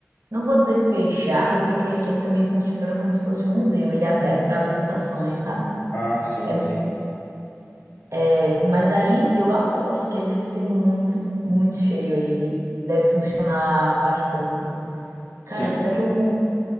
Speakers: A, on the right; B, on the left.
A: Não vou dizer fechado, porque aqui ele também funciona como se fosse um museu, ele é aberto para visitações, sabe?
B: Ah, sim,
A: É,
B: sim,
A: é, mas aí eu aposto que aí deve ser muito, muito cheio aí, deve funcionar bastante.
B: sim.
A: Cara, será que eu